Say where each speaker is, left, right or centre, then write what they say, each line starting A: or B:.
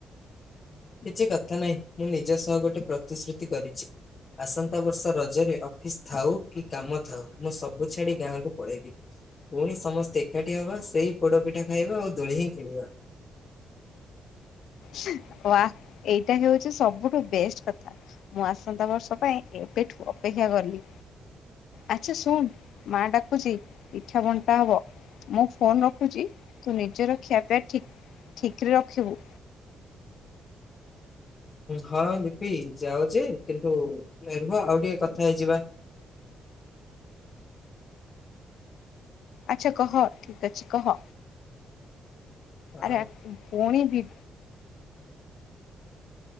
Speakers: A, on the left; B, on the left.
A: କିଛି କଥା ନାହିଁ ମୁଁ ନିଜ ସହ ଗୋଟେ ପ୍ରତିଶ୍ରୁତି କରିଚି। ଆସନ୍ତା ବର୍ଷ ରଜରେ ଅଫିସ ଥାଉ କି କାମ ଥାଉ, ମୁଁ ସବୁ ଛାଡି ଗାଁକୁ ପଳେଇବି। ପୁଣି ସମସ୍ତେ ଏକାଠି ହବା। ସେଇ ପୋଡ ପିଠା ଖାଇବା ଆଉ ଦୋଳି ହିଁ ଖେଳିବା।
B: ହ ୱା ଏଇଟା ହଉଚି ସବୁଠୁ ବେଷ୍ଟ କଥା। ମୁଁ ଆସନ୍ତା ବର୍ଷ ପାଇଁ ଏବେଠୁ ଅପେକ୍ଷା କଲି। ଆଚ୍ଛାଶୁଣୁ ମା ଡାକୁଚି ପିଠା ବଣ୍ଟା ହବ। ମୁଁ ଫୋନ ରଖୁଚି। ତୁ ନିଜର ଖିଆପିଆ ଠିକ୍ ଠିକ୍ ରେ ରଖିବୁ।
A: ହଁ ଲିପି ଯାଓ ଯେ କିନ୍ତୁ ନାଇ ରୁହ ଆଉ ଟିକେ କଥା ହେଇଯିବା।
B: ଆଚ୍ଛା କହ ଠିକ୍ ଅଛି କହ।
A: ଆ
B: ଆରେ ଆକ୍ ପୁଣି ବି